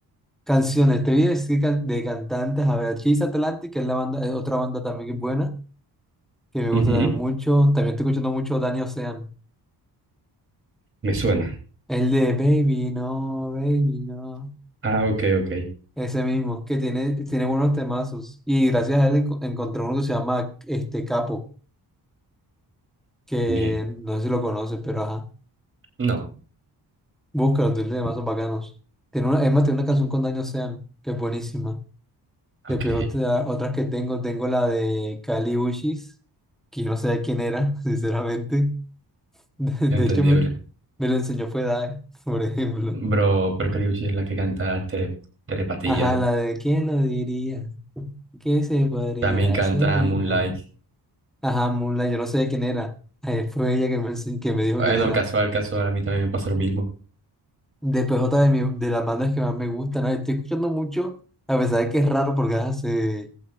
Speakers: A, in the centre; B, on the right.
A: canciones. Te voy a decir can- de cantantes. A ver, Chase Atlantic, que es la banda, es otra banda también que es buena, que me gusta
B: Ujú,
A: también mucho. También estoy escuchando mucho Dani Ocean.
B: Me suena.
A: El de Baby, no, Baby, no.
B: Ah, ok, ok.
A: Ese mismo, que tiene, tiene buenos temazos. Y gracias a él enco- encontré uno que se llama este Capo, que
B: Bien.
A: no sé si lo conoces, pero ajá.
B: No,
A: Búscalo, tiene temazos bacanos. Tiene una, es más, tiene una canción con Daño Sean, que es buenísima. Después
B: ok.
A: otra- otras que tengo, tengo la de Kali Uchis, que no sé quién era, <laughs> sinceramente. De, de
B: Entendible.
A: hecho, me, me lo enseñó fue Dae, <laughs> por ejemplo.
B: Bro, pero creo que es la que canta tere, Terepatía.
A: Ajá, la de ¿Quién lo diría? ¿Qué se podría
B: También canta
A: hacer el
B: Moonlight.
A: amor? Ajá, Moonlight, yo no sé quién era. Eh, fue ella que me, ense- que me dijo
B: Bueno,
A: quién era.
B: casual, casual. A mí también me pasa lo mismo.
A: Después otra de, mi- de las bandas que más me gustan. ah, Estoy escuchando mucho, a pesar de que es raro porque hace,